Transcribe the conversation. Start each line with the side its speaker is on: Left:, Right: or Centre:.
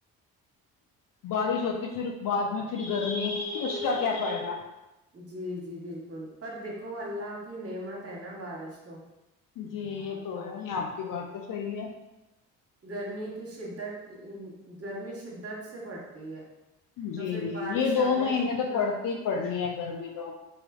Left: بارش ہوتی پھر بعد میں پھر گرمی اس کا کیا فائدہ
Right: جی جی بالکل پر دیکھو اللہ کی نعمت ہے نا بارش تو
Left: جی یہ تو ہے یہ آپ کی بات تو صحیح ہے
Right: گرمی کی شدت گرمی شدت سے پڑتی ہے تو
Left: جی
Right: پھر
Left: جی
Right: بارش
Left: یہ دو
Right: آ جائے
Left: مہینے
Right: تو کتنا
Left: پڑتی ہی پڑنی ہے گرمی تو